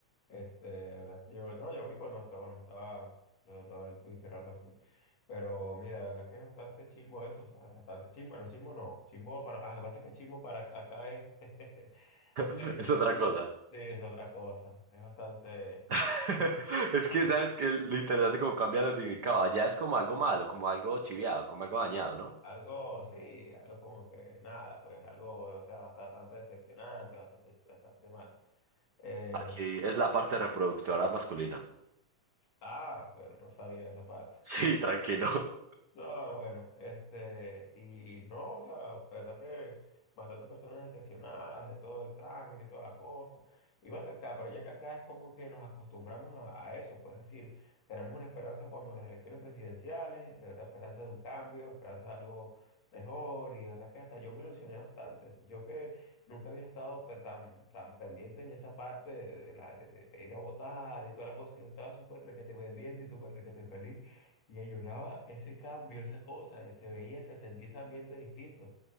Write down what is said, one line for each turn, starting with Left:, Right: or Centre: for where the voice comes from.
Left: Este, la verdad que yo, no, yo vi cuando estaba, cuando estaba lo, lo del Twitter o algo así. Pero mira, la verdad que es bastante chimbo eso, o sea, bastante chimbo, bueno, chimbo no, chimbo para, ah, lo que pasa es que chimbo para acá acá es, <laughs>
Right: <laughs>
Left: acá es chimbo
Right: Es otra
Left: es, chimbo.
Right: cosa.
Left: sí, es otra cosa, es bastante,
Right: <laughs> Es que,
Left: sí,
Right: ¿sabes? Que lo interesante como cambia los significados. Allá es como algo malo, como algo chiviado, como algo dañado, ¿no?
Left: algo, sí, algo como que nada, pues algo, o sea, basta- bastante decepcionante, bastante, bastante mal. Eh,
Right: Aquí es la parte reproductora masculina. <laughs>
Left: ah, pero no sabía esa parte.
Right: Sí, tranquilo.
Left: No, bueno, este, y no, o sea, verdad que bastantes personas decepcionadas de todo el trámite y toda la cosa. Igual que acá, pero ya que acá es como que nos acostumbramos a, a eso, pues es decir, tenemos una esperanza cuando las elecciones presidenciales, de verdad, esperanza de un cambio, esperanza de algo mejor, y de verdad que hasta yo me ilusioné bastante. Yo que nunca había estado pe- tan, tan pendiente en esa parte de, la, de- de ir a votar y toda la cosa, yo estaba súper requete pendiente y súper requete feliz. Y ella lloraba ese cambio, esa cosa, y se veía, se sentía ese ambiente distinto.